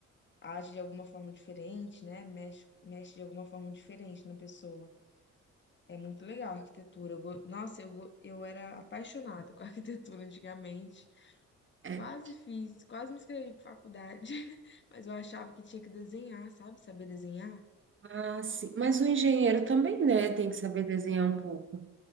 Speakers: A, on the left; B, on the right.
A: age de alguma forma diferente, né, mexe, mexe de alguma forma diferente na pessoa. É muito legal a arquitetura. Eu go- Nossa, eu, go- eu era apaixonada com a <laughs> arquitetura antigamente.
B: É.
A: Quase fiz, quase me inscrevi para faculdade, <laughs> mas eu achava que tinha que desenhar, sabe? Saber desenhar.
B: Ah, sim. Mas o engenheiro também, né? Tem que saber desenhar um pouco.